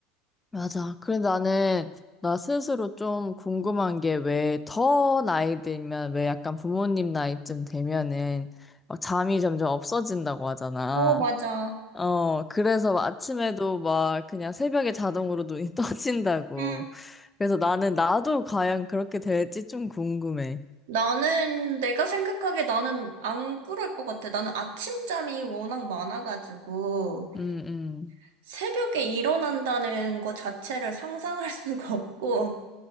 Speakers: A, on the left; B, on the right.
A: 맞아. 그래 나는 나 스스로 좀 궁금한 게 왜 더 나이 들면 왜 약간 부모님 나이쯤 되면은 막 잠이 점점 없어진다고 하잖아.
B: 어, 맞아.
A: 어, 그래서 아침에도 막 그냥 새벽에 자동으로 눈이 <laughs> 떠진다고.
B: 응.
A: 그래서 나는 나도 과연 그렇게 될지 좀 궁금해.
B: 나는, 내가 생각하기에 나는 안 그럴 것 같아. 나는 아침잠이 워낙 많아가지고,
A: 음, 음.
B: 새벽에 일어난다는 것 자체를 상상할 수가 없고,